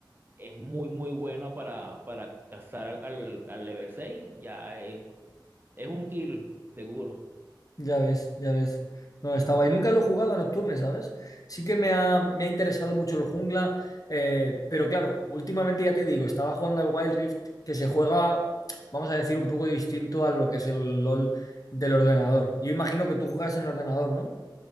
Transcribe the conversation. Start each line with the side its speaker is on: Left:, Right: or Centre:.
Right: es muy, muy bueno para, para cazar al, al level 6. Ya es, es un kill, seguro.
Left: Ya ves, ya ves. No, está guay. Nunca lo he jugado a Nocturne, ¿sabes? Sí que me ha, me ha interesado mucho el jungla, eh, pero claro, últimamente ya te digo, estaba jugando al Wild Rift, que se juega, vamos a decir, un poco distinto a lo que es el LOL del ordenador. Yo imagino que tú juegas en el ordenador, ¿no?